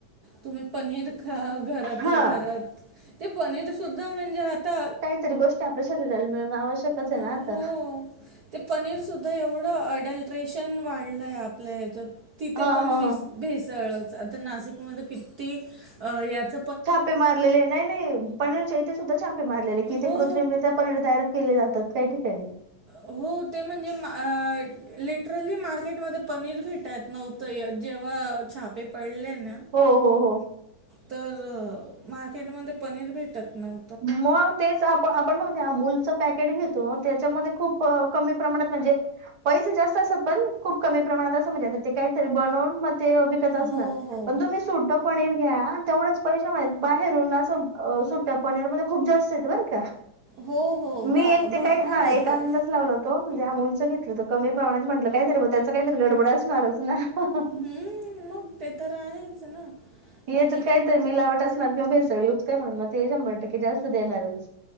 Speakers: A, on the right; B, on the right.
A: तुम्ही पनीर खा घरातल्या
B: हा
A: घरात ते पनीर सुद्धा म्हणजे आता
B: तरी गोष्टी आपल्या शरीराला मिळण आवश्यकच आहे
A: अ,
B: ना आता?
A: हो ते पनीरसुद्धा एवढं अडल्ट्रेशन वाढलंय आपल्या ह्याच्यात तिथे
B: हा
A: पण
B: हा
A: मिस
B: हा
A: भेसळच आता नाशिकमध्ये किती अ ह्याच
B: छापे मारलेले नाही -नाही पनीर चे इथे सुद्धा छापे मारलेले की
A: हो
B: इथे कृत्रिमरित्या पनीर तयार केले जातात काही ठिकाणी.
A: अ हो ते म्हणजे मा लिटरली मार्केटमध्ये पनीर भेटयत नव्हतं जेव्हा छापे पडले ना
B: हो हो हो.
A: तर मार्केटमध्ये पनीर भेटत नव
B: मग तेच आप आपण मग अमूल च पॅकेट घेतो त्याच्यामध्ये खूप कमी प्रमाणात म्हणजे पैसे जास्त असतात पण खूप कमी प्रमाणात असं म्हणजे ते काहीतरी ब लावून म ते विकत असणार
A: हो हो
B: पण तुम्ही सुट ट पनीर घ्या तेवढच पैसे माहीत बाहेरून असं सुट्यात पनीरमध्ये खूप जास्त हायत बर का?
A: हो हो
B: मी
A: वा
B: एक ते
A: भरपूर
B: काही हा
A: येतं
B: एक अंदाज लावलं तो म्हणजे अमूलचं घेतलं कमी प्रमाणांत म्हटलं कांहींतरीग त्याचं कांहींतरी गडबड असणांरच नां हं
A: हम्म मग ते तर आहेच ना
B: हं
A: म्हणजे
B: हेचं कांही त्यांत मिलावंट असणारं किंवा भेसळयुक्त कायं म्हणूंन मंग ते शंभर टक्के जास्तं देणांरच.